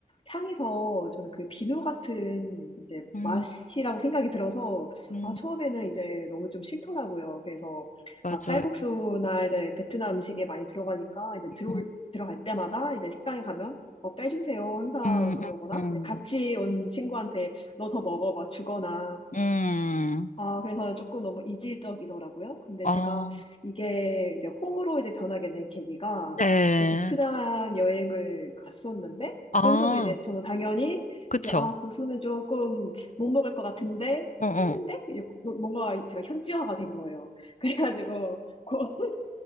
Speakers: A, on the left (about 35°); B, on the left (about 50°).
A: 향에서 저는 그 비누 같은 이제
B: 음,
A: 맛이라고 생각이 들어서,
B: 음,
A: 아, 처음에는 이제 너무 좀 싫더라고요. 그래서
B: 맞아요.
A: 막 쌀국수나 이제 베트남 음식에 많이 들어가니까 이제 들어올,
B: 음,
A: 들어갈 때마다 이제 식당에 가면 뭐 빼주세요. 항상
B: 음,
A: 그러거나,
B: 음. 음.
A: 이제 같이 온 친구한테 너 더 먹어. 막 주거나,
B: 음,
A: 아, 그래서 조금 너무 이질적이더라고요. 근데
B: 아,
A: 제가 이게 이제 호로 이제 변하게 된 계기가
B: 네.
A: 이제 베트남 여행을 갔었는데
B: 아,
A: 거기서도 이제 저는 당연히
B: 그쵸.
A: 이제 아, 고수는 조금 못 먹을 것 같은데
B: 어, 어.
A: 했는데 이제 뭐, 뭔가 제가 현지화가 된 거예요. <laughs> 그래가지고 고-